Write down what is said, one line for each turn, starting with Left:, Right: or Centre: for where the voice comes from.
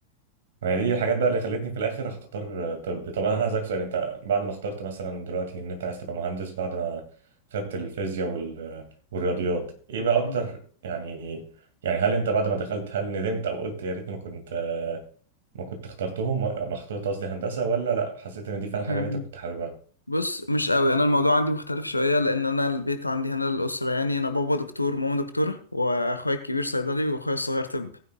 Right: ما هي دي الحاجات بقى اللي خلتني في الاخر اختار طب طب انا عايزك سؤال انت بعد ما اخترت مثلا دلوقتي ان انت عايز تبقى مهندس بعد ما خدت الفيزياء وال... والرياضيات ايه
Left: <laughs>
Right: بقى اكتر يعني يعني هل انت بعد ما دخلت هل ندمت او قلت يا ريتني ما كنت ما كنت اخترتهم و- ما اخترت قصدي هندسة ولا لا حسيت ان دي فعلا حاجة
Left: اوكي
Right: اللي انت كنت حاببها
Left: بص مش قوي انا الموضوع عندي مختلف شويه لان انا البيت عندي هنا الاسره يعني انا بابا دكتور وماما دكتوره واخويا الكبير صيدلي واخويا الصغير طب